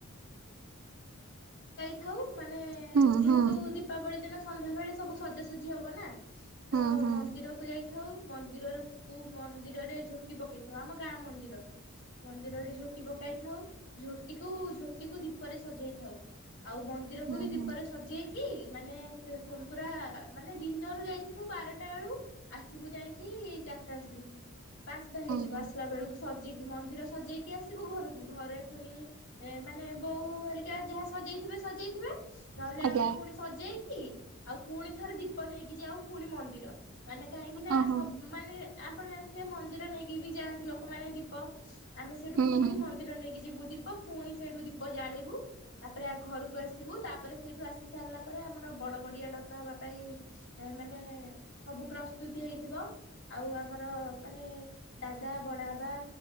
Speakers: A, on the left; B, on the right.
A: ଥାଉ ମାନେ
B: ହୁଁ
A: ଯେହେତୁ
B: ହୁଁ
A: ଦୀପାବଳି ଦିନ ସନ୍ଧ୍ୟାବେେଳେ ସବୁ ସଜାସଜି ହବ ନା ତ
B: ହୁଁ ହୁଁ।
A: ମନ୍ଦିରକୁୁ ଯାଇକି ଥାଉ, ମନ୍ଦିରକୁ, ମନ୍ଦିରରେ ଝୋଟି ପକେଇଥାଉ, ଆମ ଗାଁ ମନ୍ଦିର। ମନ୍ଦିରରେ ଝୋଟି ପକାଇ ଥାଉ, ଝୋଟିକୁ, ଝୋଟିକୁ ଦୀପରେ ସଜେଇ ଥାଉ। ଆଉ ମନ୍ଦିରକୁ
B: ହୁଁ
A: ବି ଦୀପରେ
B: ହୁଁ
A: ସଜେଇ କି ମାନେ, ପୁରା ମାନେ, ଦିନରୁ ଯାଇଥିବୁ ବାରଟା ବେଳୁ ଆସିବୁ ଯାଇକି ଚାରିଟା ଆସରିକି, ପାଞ୍ଚଟା ହେଇଯିବ,
B: ହୁଁ ହୁଁ
A: ଆସିଲା ବେଳକୁ ସ ମନ୍ଦିର ସଜେଇକି ଆସିବୁ ଘରକୁ, ଘରେ ପୁଣି ଏମାନେ ବୋଉ ହେରିକା ଯାହା ସଜେଇଥିବେ, ସଜେଇଥିବେ, ନହେଲେ
B: ଆଜ୍ଞା
A: ଆମେ ପୁଣି ସଜେଇ କି ଆଉ ପୁଣି ଥରେ ଦୀପ ନେଇକି ଯାଉ ପୁଣି ମନ୍ଦିର, ମାନେ କାହିଁକି ନା
B: ଓହୋ
A: ସବୁ ମାନେ ଆପଣ ଜାଣିଥିବେ ମନ୍ଦି ମନ୍ଦିର ନେଇକି ବି ଯାଆନ୍ତି ଲୋକମାନେ ଦୀପ ଆମେ ସେଇଠୁ
B: ହୁଁ
A: ପୁଣି
B: ହୁଁ।
A: ମନ୍ଦିର ନେଇକି ଯିବୁ ଦୀପ, ପୁଣି ସେଇଠୁ ଦୀପ ଦୀପ ଜାଳିବୁ ତାପରେ ଆ ଘରକୁ ଆସିବୁ ତାପରେ ସେଇଠୁ ଆସି ସାରିଲା ପରେ ଆମର ବଡ ବଡିଆ ଡକା ହେବା ପାଇଁ ମାନେ ସବୁ ପ୍ରସ୍ତୁତି ହେଇଥିବ ଆଉ ଆମର ମାନେ ଦାଦା ବଡ଼ଆବା